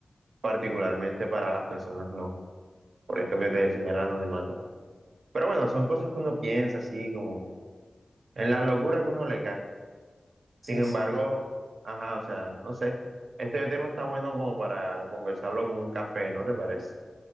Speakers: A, on the right; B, on the right.
A: particularmente para las personas no, por esto que te decía el anonimato. Pero bueno, son cosas que uno piensa así, como en la locura que uno le cae.
B: Sí,
A: Sin embargo,
B: sí, claro.
A: ajá, o sea, no sé, este tema está bueno como para conversarlo con un café, ¿no te parece?